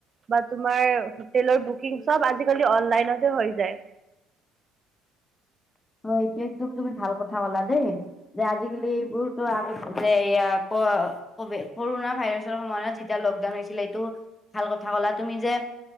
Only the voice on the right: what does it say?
বা তোমাৰ হোটেলৰ বুকিং চব আজিকালি অনলাইনত হৈ যায়